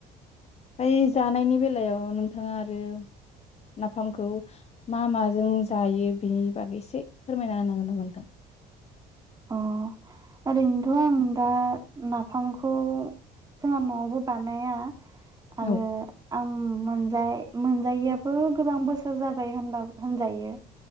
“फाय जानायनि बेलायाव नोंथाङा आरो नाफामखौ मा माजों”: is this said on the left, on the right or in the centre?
Left